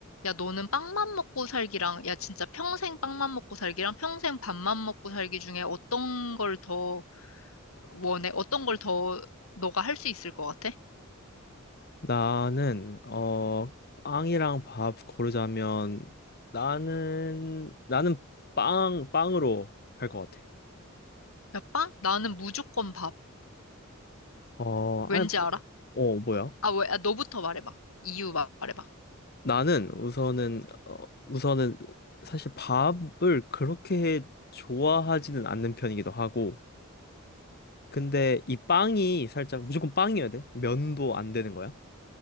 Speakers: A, on the left (about 80°); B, on the left (about 50°).
A: 야, 너는 빵만 먹고 살기랑, 야, 진짜 평생 빵만 먹고 살기랑 평생 밥만 먹고 살기 중에 어떤 걸 더 원해? 어떤 걸 더 너가 할 수 있을 것 같아?
B: 나는 어 빵이랑 밥 고르자면 나는 나는 빵 빵으로 할 것 같아.
A: 야, 빵? 나는 무조건 밥.
B: 어,
A: 왠지
B: 아니,
A: 알아?
B: 어 뭐야?
A: 아, 왜? 아, 너부터 말해봐. 이유 마- 말해봐.
B: 나는 우선은 어, 우선은 사실 밥을 그렇게 좋아하지는 않는 편이기도 하고, 근데 이 빵이 살짝 무조건 빵이어야 돼? 면도 안 되는 거야?